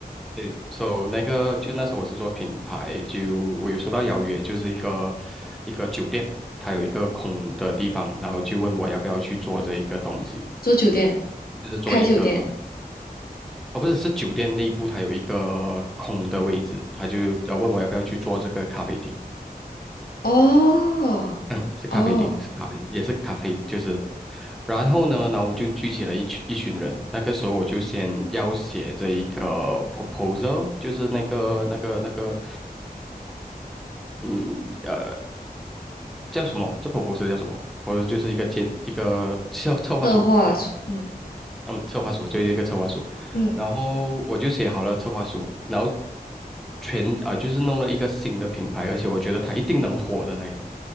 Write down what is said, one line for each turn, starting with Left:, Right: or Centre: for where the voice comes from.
Centre: 对，so 那个就那时候我是做品牌，就我有收到邀约，就是一个一个酒店，它有一个空的地方，然后就问我要不要去做这一个东西，
Left: 做酒店，
Centre: 就是做一个，
Left: 开酒店。
Centre: 哦不是，是酒店内部它有一个空的位置，他就要问我要不要去做这个咖啡厅，
Left: 哦
Centre: 嗯，是咖啡厅，
Left: 哦，
Centre: 是咖啡厅也是咖啡，就是，然后呢，然后我就聚集了一群一群人，那个时候我就先要写这一个 proposal，就是那个那个那个。嗯，呃。叫什么啊？这 p r o 叫什么？我说就是一个建一个策策划书，
Left: 策划出，
Centre: 对，
Left: 嗯
Centre: 嗯，策划书就是一个策划书，
Left: 嗯
Centre: 然后我就写好了策划书，然后全啊、就是弄了一个新的品牌，而且我觉得它一定能火的那一种，